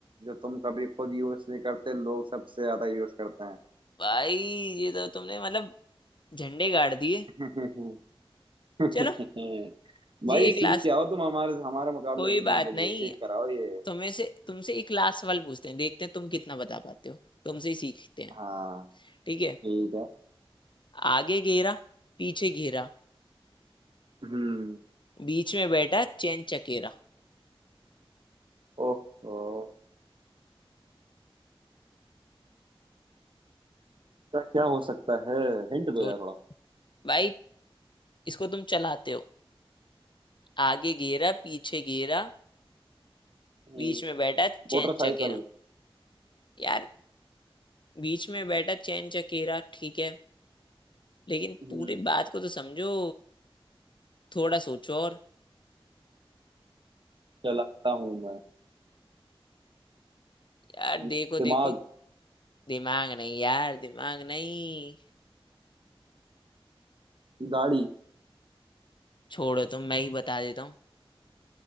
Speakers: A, on the right (about 60°); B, on the left (about 55°).
A: जो तुम कभी खुद यूज नहीं करते लोग सबसे ज्यादा यूज करते
B: भाई ये तो तुमने मतलब झंडे गाड़ दिए
A: हैं
B: चलो
A: <laughs> भाई
B: ये एक
A: सीख
B: लास्ट
A: के आओ तुम हमारे हमारे मुकाबले
B: कोई
A: जीतने
B: बात
A: के
B: नहीं
A: लिए सीख कर आओ ये
B: तुम्हें से तुमसे एक लास्ट सवाल पूछते हैं देखते हैं तुम कितना बता पाते हो तुमसे ही सीखते हैं
A: हाँ
B: ठीक है
A: ठीक है
B: आगे घेरा पीछे घेरा
A: हम्म
B: बीच में बैठा चैन चकेरा
A: ओह ओह, क्या क्या हो सकता है हिंट दो
B: तो
A: यार थोड़ा
B: भाई इसको तुम चलाते हो आगे घेरा पीछे घेरा
A: हम्म,
B: बीच में बैठा चैन
A: मोटरसाइकिल
B: चकेरा यार बीच में बैठा चैन चकेरा ठीक है लेकिन
A: हम्म,
B: पूरी बात को तो समझो थोड़ा सोचो और
A: चलाता हूँ मैं
B: यार
A: हम्म,
B: देखो
A: दिमाग
B: देखो दिमाग नहीं यार दिमाग नहीं
A: गाड़ी
B: छोड़ो तुम मैं ही बता देता हूँ